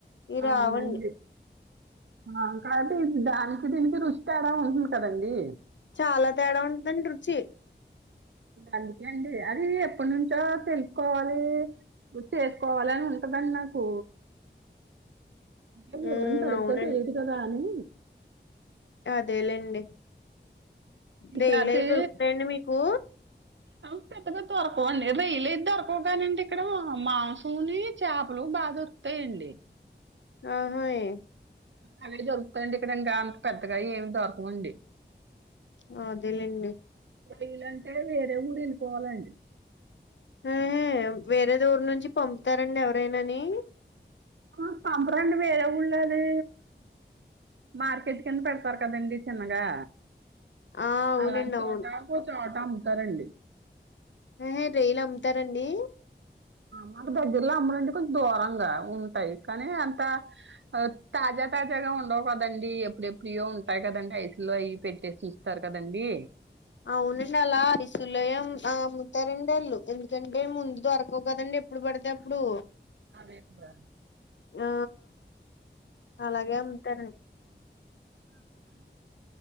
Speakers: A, on the left; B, on the right.
A: ఇవి
B: అవునండి.
A: రావండి
B: ఆ కానీ దానికి దీనికి రుచి తేడా ఉంటుంది కదండి.
A: చాలా తేడా ఉంటుందండి రుచి.
B: అందుకే అండి అది ఎప్పటినుంచో తెలుసుకోవాలి చేసుకోవాలని ఉంటదండి నాకు. ఈ వివరం
A: ఉమ్
B: సరిగ్గా
A: అవునండి
B: తెలియదు కదా అని
A: అదేలేండి.
B: ఈసారి
A: రొయ్యలు అయి దొరుకుతయండి మీకు?
B: ఆ పెద్దగా దొరకవండి రొయ్యలయి దొరకవు కానండి ఇక్కడ మాంసముని చాపలు బాదొరు కుతయండి.
A: ఆహా ఇ
B: అవే దొరుకుతయండి ఇక్కడ ఇంకా అంత పెద్దగా ఏమి దొరకవండి.
A: ఆ అదేలేండి.
B: రొయ్యలంటే వేరే ఊరు వెళ్ళిపోవాలండి.
A: ఎ వేరే ఊరు నుంచి పంపుతారండి ఎవరైనాని.
B: ఆ పంపరండి వేరే ఉళ్ళు అది మార్కెట్ కింద పెడతారు కదండి చిన్నగా.
A: ఆ అవునండి
B: అలాంటి చోట
A: అవును
B: ఒక చోట అమ్ముతారండి.
A: ఎహె రొయ్యలు అమ్ముతారండి.
B: మాకు దగ్గర్లో అమ్మరండి కొంచెం దూరంగా ఉంటాయి కానీ అంత ఆ తాజా తాజాగా ఉండవు కదండి, ఎప్పుడెప్పుడియో ఉంటాయి కదండి ఐస్లో అయి పెట్టేసి ఉంటరు కదండి.
A: అవునండి అలా ఐసుల్లోయే అమ్ము అమ్ముతారండి అల్ళు ఎందుకంటే ముందు దొరకవు కదండి. ఎప్పుడు పడితే అప్పుడు.
B: అదే కదా.
A: ఆ
B: <unintelligible> <unintelligible>
A: అలాగే అమ్ముతారండి